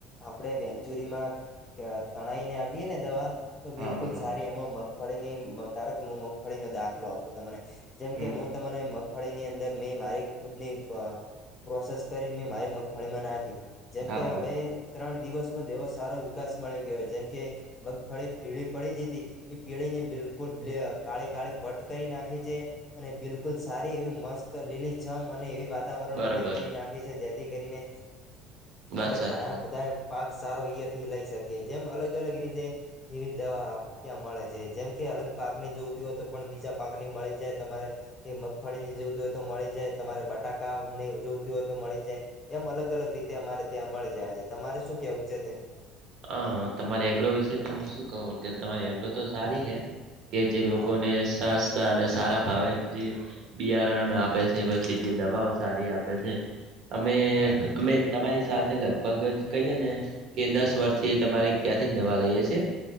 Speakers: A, on the left (about 20°); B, on the right (about 40°).
A: આપણેે વેંચુરીમાં તણાઈને આપીએ ને દવા તો
B: હા
A: બિલકુલ
B: બરોબર
A: સારી એમાં મગ મગફળીની તારો કે હું મગફળીનો દાખલો આપું તમને જેમ
B: હમ
A: કે હું તને પણ એની અંદર મેં મારી ખુદની પ્રોસેસ કરીને મેં મારી મગફળીમાં નાખી. જેમ
B: હા
A: કે
B: બરોબર
A: હવે ત્રણ દિવસ માં એવો સારો વિકાસ મળી ગયો જેમ કે મગફળી પીળી પડી જતી એ પીળી ને બિલકુલ કાળી કાળી ભટ્ટ કરી નાખે છે. અને બિલકુલ સારી એવી મસ્ત લીલી છમ અને એવી વાત વાતાવરણ
B: બરોબર
A: વાળી કરી નાખી છે જેથી કરીને આપણે
B: વાત સાચી
A: ઘણા
B: તમે
A: બ ધા પાક સારો એથી લઈ શકીએ જેમ અલગ અલગ રીતે એવી દવા ત્યાં મળે છે જેમ કે અલગ પાક ની જોતી હોય તો પણ બીજા પાકની મળી જાય તમારે એ મગફળી ની જોવતી હોય તો મળી જાય તમારે બટાકાની જોવતી હોય તો મળી જાય. એમ અલગ અલગ રીતે અમારે ત્યાં મળી જાય છે તમારે શું કેવું છે તે
B: હ
A: હા
B: તમારી એગ્રો વિશે તો હું શું કહું કે તમારી એગ્રો તો સારી હે કે જે
A: હા
B: લોકોને સસ્તા અને સારા ભાવે બિયારણ આપે છે પછી જે દવાઓ સારી આપે છે. અમે
A: હા હા
B: અમે તમારી સાથે લગભગ જ કહીએ ને કે દસ થી તમારી ત્યાંથી દવા લઈએે છે